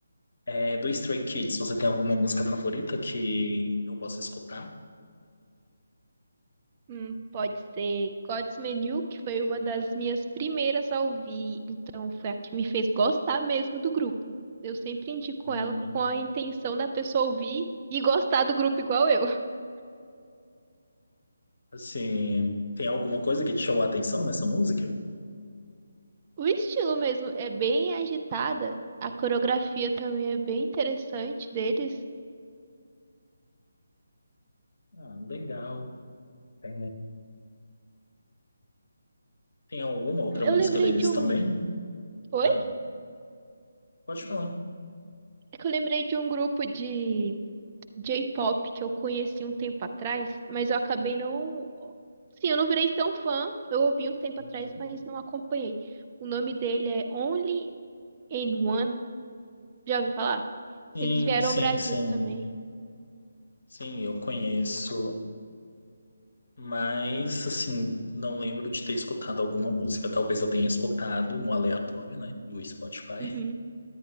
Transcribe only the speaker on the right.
Hum, pode ser God's Menu, que foi uma das minhas primeiras a ouvir, então foi a que me fez gostar mesmo do grupo. Eu sempre indico
ela com a intenção da pessoa ouvir e gostar do grupo igual eu. <laughs>
O estilo mesmo é bem agitada, a coreografia também é bem interessante deles.
Eu
lembrei
de um.
Oi?
É que eu lembrei de um grupo de J-pop que eu conheci um tempo atrás, mas eu acabei não. Sim, eu não virei tão fã. Eu ouvi um tempo
atrás, mas não acompanhei. O nome dele é Only in One. Já ouviu falar?
Eles vieram
ao Brasil
também.
Uhum.